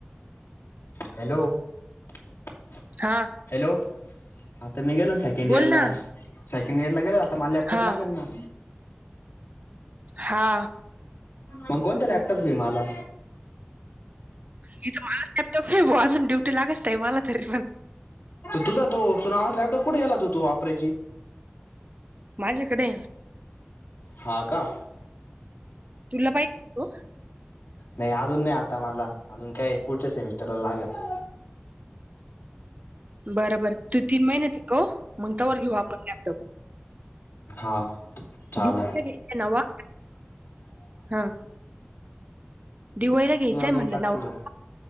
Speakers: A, on the left; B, on the right.
A: हॅलो-हॅलो
B: हा
A: आता मी गेलो ना सेकंड
B: बोल
A: इयर ला
B: ना
A: सेकंड इयर ला गेलो आता मला लॅपटॉप
B: हा
A: लागेल ना.
B: हा
A: मग कोणता लॅपटॉप घेऊन आला?
B: <unintelligible> टाईम आला तरी पण
A: तुझा तो सु नावास लॅपटॉप? कुढे गेला होत तु वापरायाची?
B: माझ्याकडे.
A: हा का?
B: तुला पाहिे तो
A: नाही अजून नाही आता मला अजून काय पुढच्या सेमिस्टरला लागंल.
B: बरं-बर तू तीन महिन्या तिकव मग तोवर घेऊ आपण लॅपटॉप.
A: हा चाल
B: दिवाळीला
A: आ
B: घ्यायचंय नवा हा दिवाळीला घ्यायचंय म्हणलं
A: देऊन टाक
B: नाऊक,
A: तुझा.